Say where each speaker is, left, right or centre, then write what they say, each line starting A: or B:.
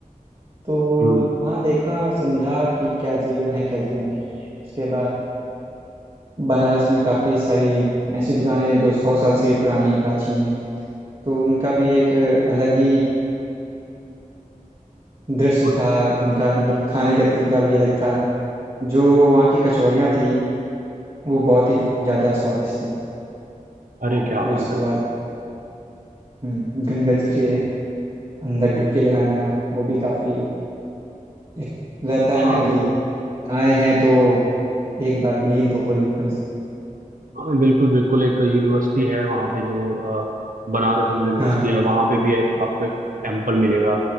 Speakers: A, on the right; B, on the right.
A: तो
B: हम्म
A: वहाँ देखा और समझा कि क्या जीवन है क्या जीवन नहीं है उसके बाद बनारस में काफ़ी सारी ऐसी दुकानें हैं जो सौ साल से भी पुरानी प्राचीन है तो उनका भी एक अलग ही दृश्य
B: मत
A: था उनका मतलब खाने का तरीका भी अलग था जो वहाँ की कचौड़ियाँ थी वो बहुत ही ज़्यादा स्वादिष्ट थी
B: अरे
A: और
B: क्या
A: फिर उसके
B: बात है
A: बाद हम्म, गंगा जी के अंदर डुबकी लगाना वो भी काफी एक रहता
B: हाँ
A: है ना
B: मतलब
A: कि आए हैं तो एक बार विलीन तो हो लें कम से
B: हाँ बिल्कुल बिल्कुल एक यूनिवर्सिटी है वहाँ पे जो अ, बनारस हिंदू यूनिवर्सिटी
A: कम हाँ
B: है वहाँ पे भी है, आपको एक टेम्पल मिलेगा